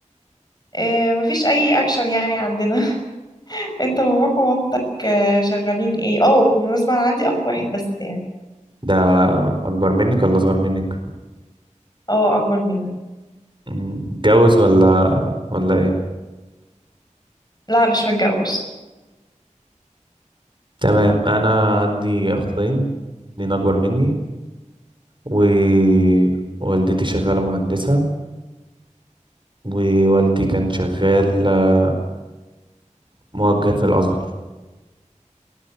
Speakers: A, on the left (about 30°); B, on the right (about 40°).
A: آه، مفيش اي اكشن يعني عندنا <laughs> انت باباك ومامتك آه، شغالين ايه اه بالمناسبة انا عندي اخ واحد بس يعني
B: ده اكبر منك ولا اصغر منك
A: اه اكبر مني
B: مم. متجوز ولا ولا ايه
A: لا مش متجوز
B: تمام انا عندي اخين اتنين اكبر مني ووالدتي شغاله مهندسه ووالدي كان شغال آه، موجه في الازهر